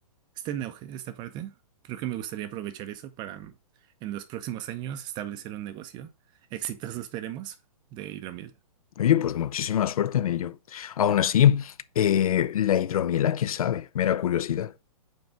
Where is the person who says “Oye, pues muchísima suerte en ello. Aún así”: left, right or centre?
Left